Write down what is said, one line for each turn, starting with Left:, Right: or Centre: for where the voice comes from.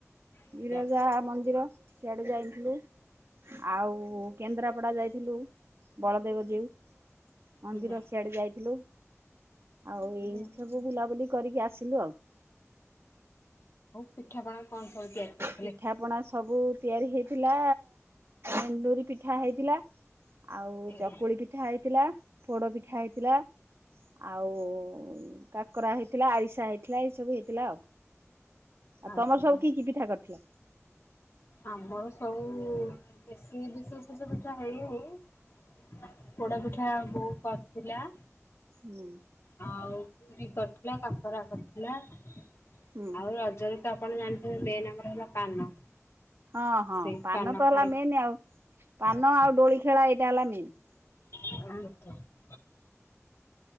Left: ଆଜ୍ଞା
Right: ବିରଜା ମନ୍ଦିର। ସିଆଡେ ଯାଇଥିଲି। ଆଉ କେନ୍ଦ୍ରାପଡା ଯାଇଥିଲୁ ବଳଦେବ ଜୀଉ। ମନ୍ଦିର
Left: ଆଜ୍ଞା
Right: ସିଆଡେ ଯାଇ ଥିଲୁ ଆଉ
Left: ଆଜ୍ଞା।
Right: ଏମତି ସବୁ ବୁଲାବୁଲି କରିକି ଆସିଲୁ ଆଉ।
Left: ପିଠା ପଣା କଣ ସବୁ ତିଆରି କର୍
Right: ପିଠା ପଣା ସବୁ ତିଆରି ହେଇଥିଲା ଏଣ୍ଡୁରି ପିଠା ହେଇଥିଲା। ଆଉ
Left: ଆଜ୍ଞା
Right: ଚକୁଳି ପିଠା ହେଇଥିଲା ପୋଡ ପିଠା ହେଇଥିଲା। ଆଉ ଉଁ କାକରା ହେଇଥିଲା ଆରିସା ହେଇଥିଲା ଏଇସବୁ ହେଇଥିଲା ଆଉ। ଆଉ
Left: ଆଜ୍ଞା।
Right: ତମର ସବୁ କି କି ପିଠା କରିଥିଲ?
Left: ଆମର ସବୁ ଉଁ ବେଶୀ ବିଶେଷ କିଛି ପି ଠା ହେଇନି ପୋଡା ପିଠା ବୋଉ କରିଥିଲା।
Right: ହୁଁ।
Left: ଆଉ ପୁରୀ କରିଥିଲା କାକରା କରିଥିଲା ଆଉ
Right: ହୁଁ
Left: ରଜରେ ତ ପଣ ଜାଣିଥିବେ ମେନେ ଆମର ହେଲା ପାନ।
Right: ହଁ ହଁ
Left: ସେଇ
Right: ପାନ ତ ହେଲା
Left: ଖାଇ
Right: ମେନେ ଆଉ ପାନ
Left: ଆଜ୍ଞା
Right: ଆଉ ଦୋଳି ଖେଳା ଏଇଟା ହେଲା ମେନେ।
Left: <unintelligible>